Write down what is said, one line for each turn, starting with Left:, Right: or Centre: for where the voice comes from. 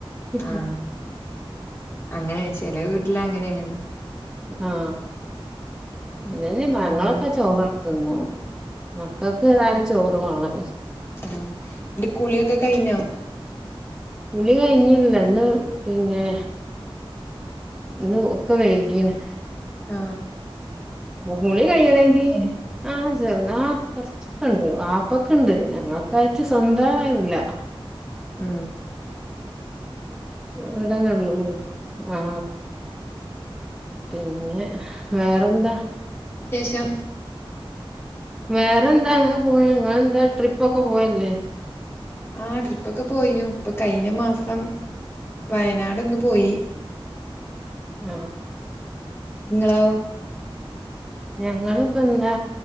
Centre: ഉ
Left: ആഹ്
Centre: ഹം
Left: അങ്ങനെ ചെല വീട്ടില് അങ്ങനെയാണല്ലോ
Centre: ആ അല്ലല് ഞങ്ങളൊക്കെ
Left: അങ്ങനെ
Centre: ചോറൊക്കെതിന്നു മക്കൾക്ക് ഏതാനും ചോറു വാണം
Left: ആ ന്റെ കുളിയൊക്കെ കഴിഞ്ഞോ
Centre: കുളി കഴിഞ്ഞില്ലന്ന് പിന്നേ ഇന്ന് ഒക്കെ വേകീണ്
Left: ആ
Centre: കുളി കയ്യെണെങ്കിൽ ആഹ് ചെറുതാ കൊർച്ചൊക്കെണ്ട് വാപ്പക്ക്ണ്ട് ഞങ്ങൾക്കക്കായിട്ട് സ്വന്തല്ല
Left: ആ
Centre: വിടനള്ളൂ ആ പിന്നെ വേറെന്താ?
Left: ജം
Centre: വേറെന്താ അങ്ങനെ പോണ് നിങ്ങെന്താ ട്രിപ്പൊക്കെ പോകൽല്ലേ
Left: ആ ട്രിപ്പൊക്കെ പോയിനു ഇപ്പൊ കഴിഞ്ഞ മാസം വയനാടൊന്നു പോയി
Centre: ആ
Left: ങ്ങളോ?
Centre: ഞങ്ങള്പ്പന്തിനാ